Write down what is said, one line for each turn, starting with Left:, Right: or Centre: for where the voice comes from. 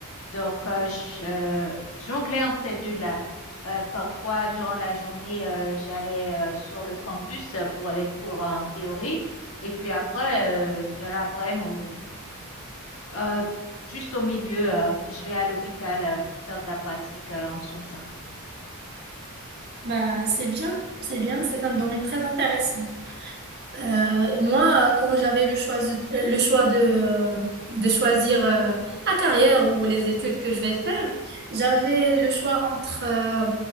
Left: Donc, euh, je euh, jonglais entre ces deux-là. Euh, parfois, durant la journée, euh, j'allais euh, sur le campus euh, pour les cours en théorie et puis après, euh, de l'après-midi ou euh, juste au milieu, euh, je vais à l'hôpital euh, pour faire de la pratique euh, en soins de santé.
Right: Bah, c'est bien, c'est bien, c'est un domaine très intéressant. Euh, moi, euh, quand j'avais le choix, le choix de, euh, de choisir euh, la carrière ou les études que je vais faire, j'avais le choix entre euh,